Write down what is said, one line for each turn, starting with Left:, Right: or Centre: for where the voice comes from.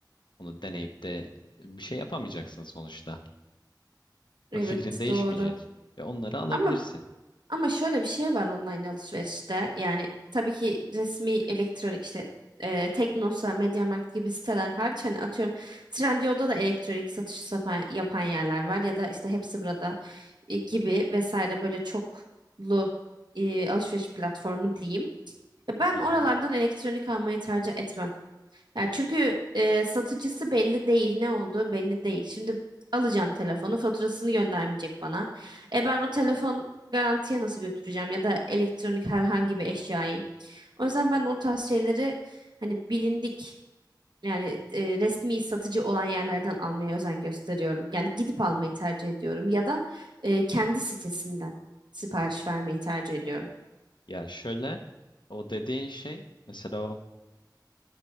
Left: Onu deneyip de e, bir şey yapamayacaksın sonuçta.
Right: Evet,
Left: Ve Fikrin değişmeyecek.
Right: doğru.
Left: Ve onları alabilirsin.
Right: Ama Ama şöyle bir şey var online alışverişte. Yani tabii ki resmi elektronik işte e, Teknosa, MediaMarkt gibi siteler hariç hani atıyorum Trendyol'da da elektronik satışı yapan, yapan yerler var ya da işte hepsi burada e, gibi vesaire böyle çoklu e, alışveriş platformu diyeyim. Ya Ben
Left: Hı
Right: oralardan
Left: hı.
Right: elektronik almayı tercih etmem. Ya çünkü e, satıcısı belli değil, ne olduğu belli değil. Şimdi alacağım telefonu, faturasını göndermeyecek bana. E ben o telefon garantiye nasıl götüreceğim ya da elektronik herhangi bir eşyayı. O yüzden ben o tarz şeyleri hani bilindik yani e, resmi satıcı olan yerlerden almaya özen gösteriyorum. Yani gidip almayı tercih ediyorum ya da e, kendi sitesinden sipariş vermeyi tercih ediyorum.
Left: Ya şöyle o dediğin şey mesela o